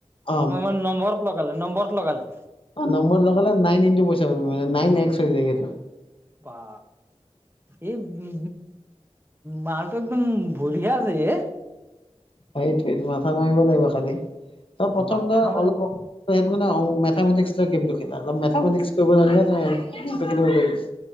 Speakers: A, on the left; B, on the right.
A: অ
B: মই মানে নম্বৰত লগালে নম্বৰত লগালে।
A: নম্বৰ লগালে নাইন ইন্ত পইচা পাবি, মানে নাইন এক্স হৈ যায়হে।
B: বা, এইবি মালটো, একদম বঢ়িয়া আছে এ।
A: সেইটোয়েই টো মাথা মাৰিব লাগিব খালি, ত প্ৰথম
B: মাথা
A: ধৰ
B: মাৰি
A: অলপ <unintelligible> তই মানে অংক মেথামেটিক গেমটো খেলা, অলপ মেথেটিকছ কৰিব জানিলে খলিব পাৰিবি।